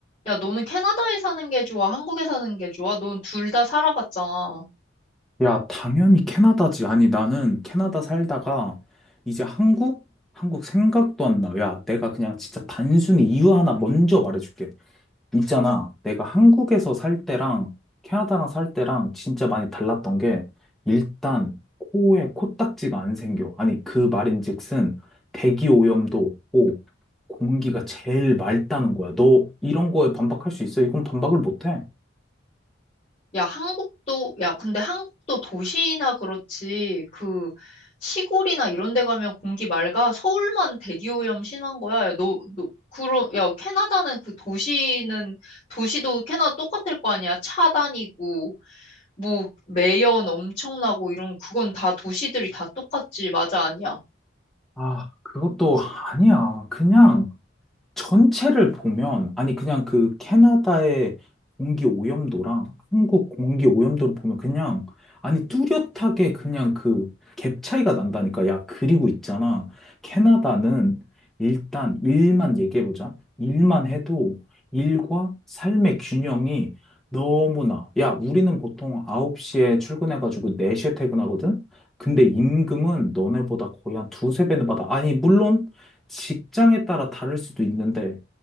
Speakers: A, on the left; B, in the centre.
A: 야, 너는 캐나다에 사는 게 좋아? 한국에 사는 게 좋아? 넌 둘 다 살아봤잖아.
B: 야, 당연히 캐나다지. 아니, 나는 캐나다 살다가 이제 한국? 한국 생각도 안 나. 야, 내가 그냥 진짜 단순히 이유 하나 먼저 말해줄게. 있잖아. 내가 한국에서 살 때랑 캐나다랑 살 때랑 진짜 많이 달랐던 게 일단 코에 코딱지가 안 생겨. 아니, 그 말인즉슨 대기 오염도 없고 공기가 제일 맑다는 거야. 너 이런 거에 반박할 수 있어? 이건 반박을 못 해.
A: 야, 한국도, 야, 근데 한국도 도시나 그렇지. 그, 시골이나 이런 데 가면 공기 맑아. 서울만 대기오염 심한 거야. 야, 너, 너, 그러, 야, 캐나다는 그 도시는, 도시도 캐나다 똑같을 거 아니야? 차 다니고, 뭐, 매연 엄청나고 이런, 그건 다 도시들이 다 똑같지. 맞아, 아니야?
B: 아, 그것도 아니야. 그냥. 전체를 보면, 아니, 그냥 그 캐나다의 공기 오염도랑 한국 공기 오염도를 보면 그냥, 아니, 뚜렷하게 그냥 그 갭 차이가 난다니까. 야, 그리고 있잖아. 캐나다는 일단 일만 얘기해보자. 일만 해도 일과 삶의 균형이 너무나, 야, 우리는 보통 9시에 출근해가지고 4시에 퇴근하거든? 근데 임금은 너네보다 거의 한 두세 배는 받아. 아니, 물론, 직장에 따라 다를 수도 있는데,